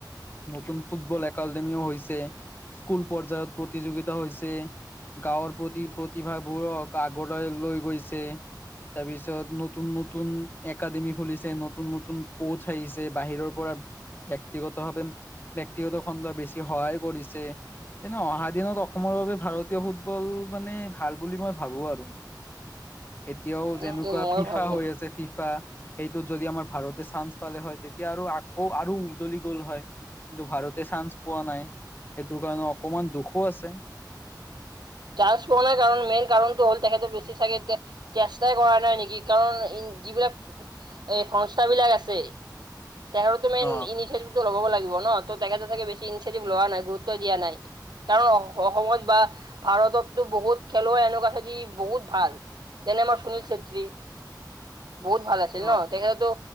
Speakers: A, on the left; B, on the right.
A: নতুন ফুটবল একাডেমিও হৈছে। স্কুল পৰ্যায়ত প্ৰতিযোগিতা হৈছে গাঁৱৰ প্ৰতি প্ৰতিভাবোৰক আগৰলৈ লৈ গৈছে। তাৰপিছত নতুন নতুন একাডেমি খুলিছে নতুন নতুন কোচ আহিছে বাহিৰৰ পৰা। ব্যক্তিগত ভাৱে ব্যক্তিগত খণ্ড বেছি সহায়ো কৰিছে। তেনে অহা দিনত অসমৰ ভাৰতীয় ফুটবল মানে ভাল বুলি মই ভাবো আৰু। এতিয়াও
B: কিন্তু
A: যেনেকুৱা
B: মই
A: ফিফা
B: ভাবো
A: হৈ আছে ফিফা। সেইটোত যদি আমাৰ ভাৰতে চান্স পালে হয় তেতিয়া আৰু আকৌ আৰু উজ্বলি গ'ল হয়। কিন্তু ভাৰতে চান্স পোৱা নাই সেইটো কাৰণে অকমান দুখো আছে।
B: চান্স পোৱা নাই কাৰণ মেইন কাৰণতটো হ'ল তেখেততে বেছি চাগে তেতিয়া চেষ্টাই কৰা নাই নেকি কাৰণ যিবিলাক এ সংস্থা বিলাক আছে। তেখেতো মেইন
A: অ।
B: ইনিচিয়েটিভটো ল'ব লাগিব ন তেখেতেে বেছি ইনিচিয়েটিভ লোৱা নাই গুৰুত্ব দিয়া নাই। কাৰণ অসমত বা ভাৰততো বহুত খেলুৱৈ এনেকুৱা আছে যি বহুত ভাল। তেনে আমাৰ সুনীল চেত্ৰী বহুত ভাল আ আছিল
A: অ
B: ন তেখেতো